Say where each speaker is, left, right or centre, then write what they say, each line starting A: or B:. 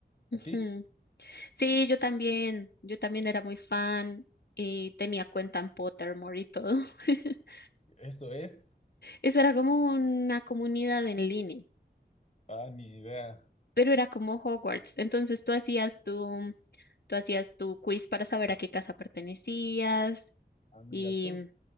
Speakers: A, on the left; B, on the left.
A: ¿A
B: Ujú.
A: ti?
B: Sí, yo también, yo también era muy fan y tenía cuenta en Pottermore y todo. <laughs>
A: Eso es.
B: Eso era como una comunidad en línea,
A: Ah, ni idea.
B: pero era como Hogwarts. Entonces tú hacías tu, tú hacías tu quiz para saber a qué casa pertenecías
A: Ah, mira
B: y
A: tú.